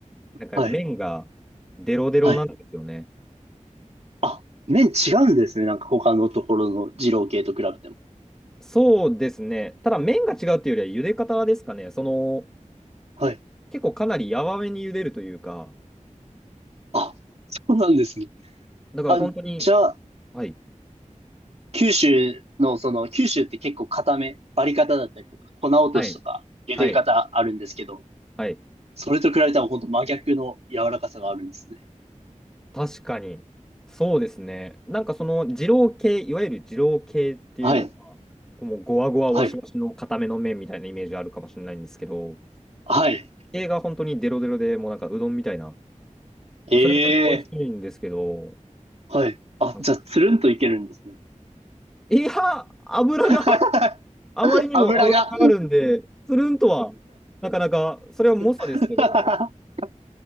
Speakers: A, in the centre; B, on the right.
A: なんか麺がデロデロなんですよね。
B: はい。はい。あ、麺違うんですね。なんか他のところの二郎系と比べても。
A: そうですね。ただ麺が違うっていうよりは茹で方ですかね。その、
B: はい。
A: 結構かなり柔らめに茹でるというか、
B: あ、そうなんですね。
A: だから本当に、
B: あ、じゃあ、
A: はい、
B: 九州の、その、九州って結構固め、バリ方だったりとか、粉落としとか、
A: はい、
B: 茹で方あるんですけど、
A: はい、はい。
B: それと比べたら本当真逆の柔らかさがあるんですね。
A: 確かに。そうですね。なんかその二郎系、いわゆる二郎系っていうのは、
B: はい。
A: こうもうゴワゴワワシワシの固めの麺みたいなイメージあるかもしれないんですけど、
B: はい。はい。
A: 系が本当にデロデロでもうなんかうどんみたいな、
B: ええ
A: それが美味しいんですけど、
B: はい。あ、
A: なんか
B: じゃあ、つるんといけるんですね。
A: いや、油が
B: <laughs>
A: あまりにも脂があるんで、
B: 油が
A: つるんとは、なかなか、それは猛者ですけど、
B: <laughs>